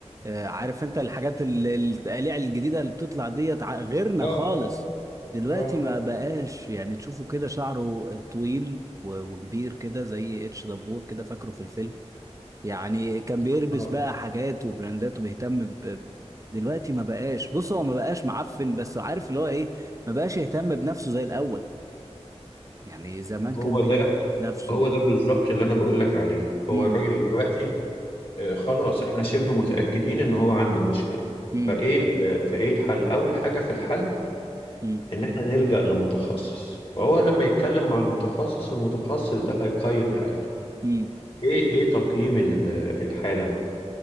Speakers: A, on the right; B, on the left.
A: آه عارف انت الحاجات ال- التقاليع الجديده اللي بتطلع ديت ع- غيرنا
B: اه
A: خالص
B: اه
A: دلوقتي
B: اه
A: ما بقاش يعني تشوفه كده شعره طويل و- وكبير كده زي اتش دبور كده فاكره في الفيلم يعني كان بيلبس
B: اه
A: بقى حاجات وبراندات وبيهتم ب... دلوقتي ما بقاش بص هو ما بقاش معفن بس عارف اللي هو ايه ما بقاش يهتم بنفسه زي الاول يعني زمان
B: هو
A: كان بيهتم
B: ده
A: بنفسه
B: هو ده بالظبط اللي انا بقول لك عليه
A: مم.
B: هو الراجل دلوقتي آه، خلاص احنا شبه متأكدين ان هو عنده مشكلة
A: مم.
B: فايه ال- فايه الحل اول حاجة في الحل
A: مم.
B: ان احنا نلجأ لمتخصص فهو لما يتكلم مع المتخصص المتخصص ده هيقيم حالته
A: مم.
B: ايه ايه تقييم ال- الحالة